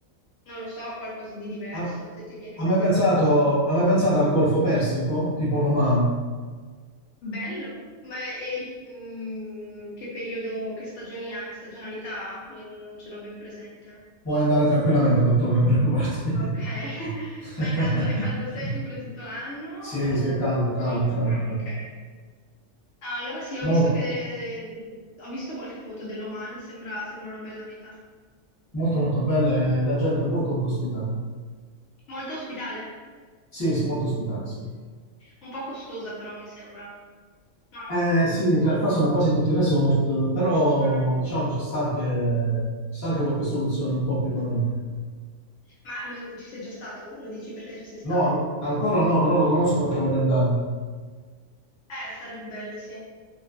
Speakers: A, on the left; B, on the left.
A: non lo so, qualcosa di diverso,
B: Ha,
A: se ti viene
B: ha
A: in mente
B: mai pensato,
A: qualcosa.
B: ha mai pensato al Golfo Persico, tipo l'Oman?
A: Bello, ma e il- mm, che periodo, che stagioni ha, che stagionalità ha? Io non non ce l'ho ben presente.
B: Puoi andare tranquillamente ad ottobre, non preoccuparti.
A: Ok, <laughs>
B: <laughs>
A: ma è caldo, è caldo sempre tutto l'anno? o-
B: Sì, sì, è caldo, è caldo,
A: o-
B: è caldo,
A: Ah,
B: è caldo.
A: ok. Ah, allora sì, ho visto
B: Mol-
A: che, mm, ho visto qualche foto dell'Oman, sembra, sembra una bella meta.
B: Molto, molto, bella e la gente è molto, molto ospitale.
A: Molto ospitale?
B: Sì, sì, molto ospitale, sì.
A: Un po' costosa però mi sembra. No.
B: Eh, sì, in realtà sono quasi tutti resort, però
A: Ah.
B: diciamo ci sta anche, ci sta anche qualche soluzione un po' più economica.
A: Ma lo- ci sei già stato? Lo dici perché ci sei stato?
B: No, ancora no, però lo conosco perché voglio andare.
A: Eh, sarebbe bello, sì.